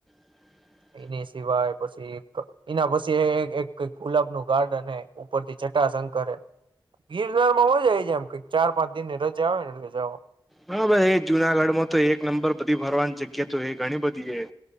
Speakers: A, in the centre; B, on the right (about 70°).
A: હ <unintelligible>
B: એની સિવાય પછી એના પછી એક કઈક ગુલાબ નું ગાર્ડ અને ઉપરથી જટા સં કરે ગિરનાર માં મજ આવી જાય એમક ચાર પાંચ દિને રજા આવે ને એટ જઓ
A: હા ભાઈ એ જુનાગઢ માં તો એક નંબર બધી ભરવાની જગ્યા તો એ ઘણી બધી એ